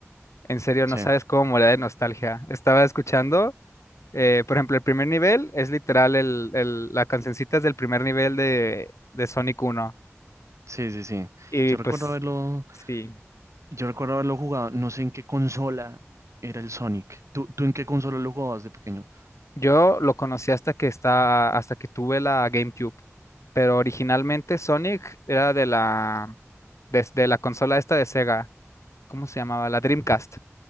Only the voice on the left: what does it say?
En serio, no
sabes cómo morir de nostalgia. Estaba escuchando. Eh, por ejemplo, el primer nivel es literal el, el, la cancioncita es del primer nivel de, de Sonic 1.
Y
pues
sí,
yo lo conocí hasta que está, hasta que tuve la GameCube. Pero originalmente Sonic era de la, desde la consola esta de Sega. ¿Cómo se llamaba? La Dreamcast.